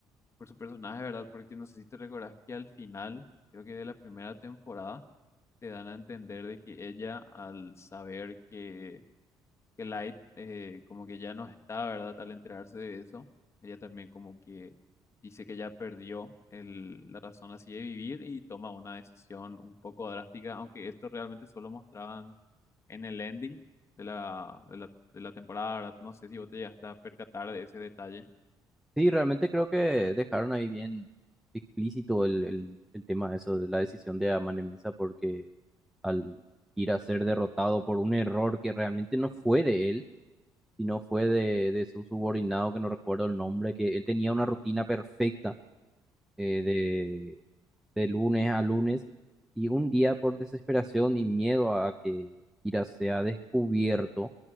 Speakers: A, on the left; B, in the centre.
A: por su personaje, ¿verdad? Porque no sé si te recordás que al final, creo que de la primera temporada, te dan a entender de que ella, al saber que, que Light eh, como que ya no está, ¿verdad? Al enterarse de eso, ella también como que dice que ya perdió el- la razón así de vivir y toma una decisión un poco drástica, aunque esto realmente solo mostraban en el ending de la, de la, de la temporada, ¿verdad? No sé si vos te llegaste a percatar de ese detalle.
B: Sí, realmente creo que dejaron ahí bien explícito el, el, el tema de eso, de la decisión de Amane Misa, porque al ir a ser derrotado por un error que realmente no fue de él, sino fue de, de su subordinado, que no recuerdo el nombre, que él tenía una rutina perfecta eh, de lunes a lunes y un día por desesperación y miedo a que Kira sea descubierto,